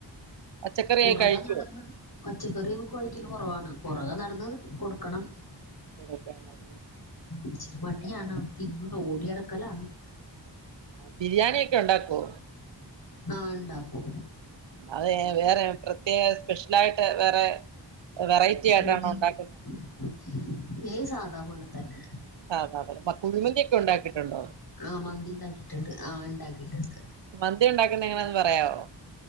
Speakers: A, on the right (about 75°); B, on the left (about 55°).
A: പച്ചക്കറിയൊക്കെ
B: പുറകെ
A: കഴിക്കുവോ
B: നടന്ന് പച്ചക്കറി ഒക്കെ കൊഴിക്കല് കൊറവാണ് പൊറകെ നടന്നത് കൊടുക്കണം.
A: കൊടുക്കണം.
B: ഇച്ചിരി മടിയാണ് തിന്നൂല ഓടിയടക്കലാണ്.
A: ബിരിയാണിയെ ക്കെ ഉണ്ടാക്കോ?
B: ആഹ് ണ്ടാക്കും.
A: അല്ലാതെ വേറെ പ്രത്യേക സ്പെഷ്യലായിട്ട് വേറെ വെറൈറ്റി
B: <unintelligible>
A: ആയിട്ടാണോ ഉണ്ടാക്കുന്നത്
B: ഈ സാധാ പോലെ തന്നെ.
A: സാധാ പോലെ കുഴിമന്തിയൊക്കെ ഉണ്ടാക്കിയിട്ടുണ്ടോ
B: ആഹ് മന്തി ഇണ്ടാക്കീട്ട്ണ്ട് ആഹ് ഇണ്ടാക്കീട്ട്ണ്ട്.
A: മന്തിയുണ്ടാക്കുന്ന എങ്ങനാന്ന് പറയാവൊ?